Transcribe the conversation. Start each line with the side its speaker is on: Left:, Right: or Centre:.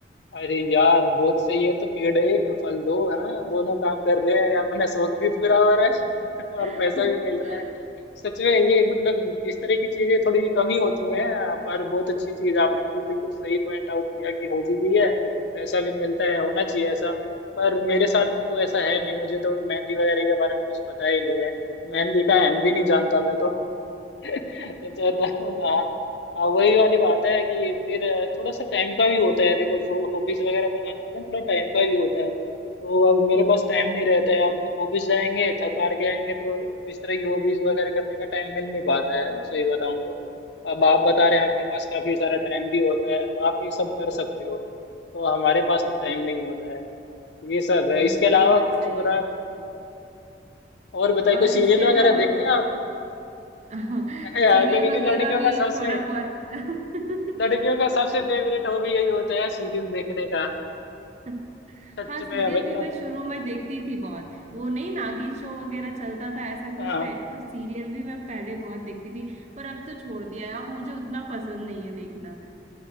Left: अरे यार बहुत सही है तो पेड़ एक फल दो हाँ दोनों काम कर रहे हैं अपना शौक भी पूरा हो रहा है <laughs>
Right: <laughs>
Left: और पैसा भी मिल रहा है सच में ये मतलब इस तरह की चीजें थोड़ी कम ही होती हैं पर बहुत अच्छी चीज है। आपने बिल, बिल्कुल सही पॉइंट आउट किया कि हॉबी भी है पैसा भी मिलता है होना चाहिए ऐसा पर मेरे साथ तो ऐसा है नहीं मुझे तो मेहंदी वगैरह के बारे में कुछ पता ही नहीं है मेहंदी का एम भी नहीं जानता मैं तो। <laughs> अच्छा तो, तो हाँ हाँ वही वाली बात है कि फिर थोड़ा सा टाइम का भी होता है देखो सो हॉबीज वगैरह बनाने के लिए थोड़ा टाइम का भी होता है तो अब मेरे पास टाइम नहीं रहता है अब हॉबीज जाएंगे थक हार के आएंगे तो इस तरह की हॉबीज वगैरह करने का टाइम मिल नहीं पाता है सही बताऊं तो अब आप बता रहे हैं आपके पास काफी सारा टाइम भी होता है तो आप ये सब कर सकते हो तो हमारे पास तो टाइम नहीं होता है ये सब है
Right: बिल्कुल
Left: इसके अलावा
Right: ये बात
Left: कुछ
Right: सही
Left: और
Right: है
Left: आप और बताइए
Right: आ,
Left: कुछ सीरियल
Right: इसके अलावा
Left: वगैरह देखते हैं आप
Right: <laughs>
Left: <laughs> है,
Right: सीरियल
Left: लड़के
Right: वगैरह
Left: की लड़कियों
Right: भी
Left: का सबसे
Right: थोड़ा बहुत
Left: लड़कियों का सबसे फेवरेट हॉबी यही होता है सीरियल देखने का
Right: <laughs>
Left: सच
Right: हाँ सीरियल
Left: में मतलब
Right: भी मैं शुरू में देखती थी बहुत वो नहीं नागिन शो वगैरह चलता था ऐसा कुछ
Left: हाँ
Right: टाइप तो सीरियल भी मैं पहले बहुत देखती थी पर अब तो छोड़ दिया है अब मुझे उतना पसंद नहीं है देखना